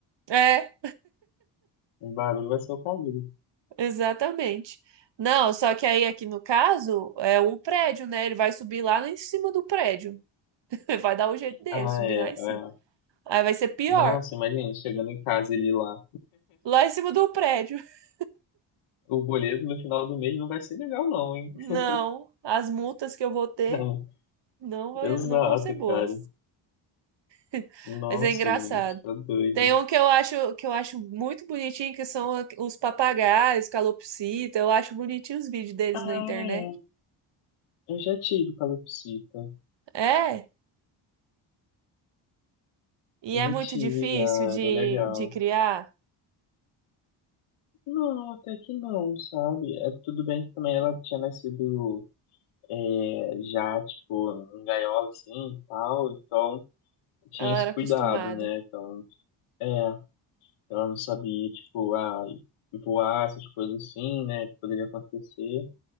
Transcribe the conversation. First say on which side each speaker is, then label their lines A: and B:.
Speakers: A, on the right; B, on the left.
A: É,
B: O barulho vai ser o cabrito.
A: exatamente. Não, só que aí aqui no caso é o prédio, né? Ele vai subir lá em cima do prédio. <laughs> Vai dar o jeito dele
B: Ah,
A: subir
B: é,
A: lá
B: é.
A: em cima. Aí vai ser pior,
B: Nossa, imagina, chegando em casa ele lá.
A: lá em cima do prédio. <laughs>
B: O boleto no final do mês não vai ser legal, não, hein? <laughs>
A: Não, as multas que eu vou ter
B: Não.
A: não, vai-
B: Exato,
A: não vão ser boas.
B: cara.
A: <laughs>
B: Nossa,
A: Mas é engraçado.
B: gente, tá doido.
A: Tem um que eu acho que eu acho muito bonitinho, que são a- os papagaios, calopsita. Eu acho bonitinho os vídeos deles
B: Ah,
A: na internet.
B: é. Eu já tive calopsita.
A: É, e
B: Eu
A: é
B: já
A: muito
B: tive,
A: difícil
B: já.
A: de,
B: Era legal.
A: de criar.
B: Não, até que não, sabe? É, tudo bem que também ela tinha nascido é, já, tipo, em gaiola, assim, e tal, então tinha
A: Ela
B: esse
A: era acostumada.
B: cuidado, né? Então, é, ela não sabia, tipo, ah, voar, essas coisas assim, né, que poderia acontecer,